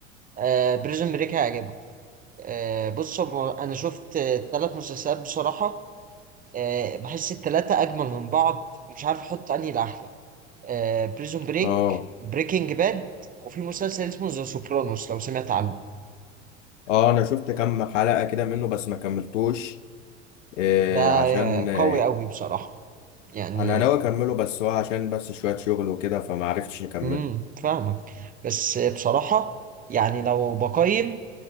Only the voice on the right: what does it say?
آه بريزون بريك هيعجبك آه، بص هو انا شفت ثلاث مسلسلات بصراحه آه، بحس الثلاثه اجمل من بعض ومش عارف احط انهي الاحلى بريزون بريك
بريكنج باد وفي مسلسل اسمه ذا سوبرانوس لو سمعت عنه
ده آه،
قوي قوي بصراحه يعني
امم فاهمك بس بصراحه يعني لو بقيم